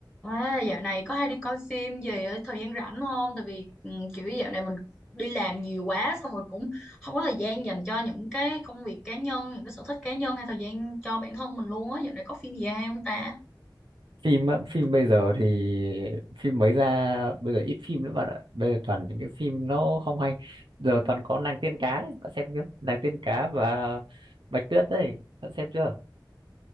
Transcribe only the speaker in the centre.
À, dạo này có hay đi coi phim gì ở thời gian rảnh không? Tại vì ừ, kiểu dạo này mình đi làm nhiều quá xong rồi cũng không có thời gian dành cho những cái công việc cá nhân, những cái sở thích cá nhân hay thời gian cho bản thân mình luôn á. Dạo này có phim gì hay không ta?